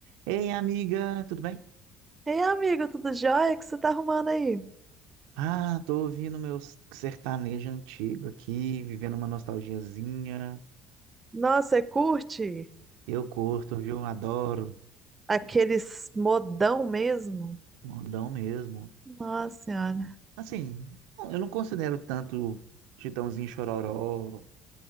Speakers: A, on the right (about 85°); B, on the right (about 25°).
A: Ei, amiga, tudo bem?
B: Ei, amigo, tudo jóia? O que você tá arrumando aí?
A: Ah, tô ouvindo meus sertanejo antigo aqui, vivendo uma nostalgiazinha.
B: Nossa, você curte
A: Eu curto, viu? Adoro.
B: aqueles modão mesmo?
A: Modão mesmo.
B: Nossa senhora.
A: Assim, não- eu não considero tanto Chitãozinho Chororó,